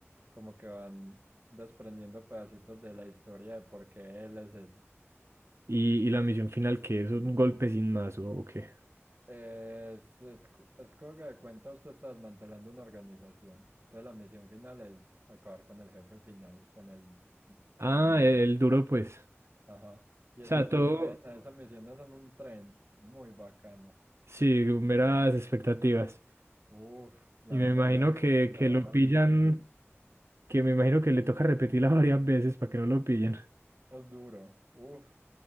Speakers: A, on the right; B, on the right.
A: como que van desprendiendo pedacitos de la historia de por qué él es eso.
B: Y, y la misión final que es un golpe sin más o, o qué.
A: Es, es, cu- es como que de cuenta usted está desmantelando una organización. Entonces la misión final es acabar con el jefe final, con el
B: Ah,
A: manda.
B: el, el duro pues.
A: Ajá. Y esa
B: O sea,
A: es muy
B: todo,
A: buena, esa No, misión es en un tren, muy bacana.
B: sí, meras expectativas.
A: Uf, la
B: Y me
A: verdad,
B: imagino que,
A: voy a probar
B: que lo
A: algo.
B: pillan, que me imagino que le toca repetirla <laughs> varias veces para que no lo pillen.
A: Es duro, uf,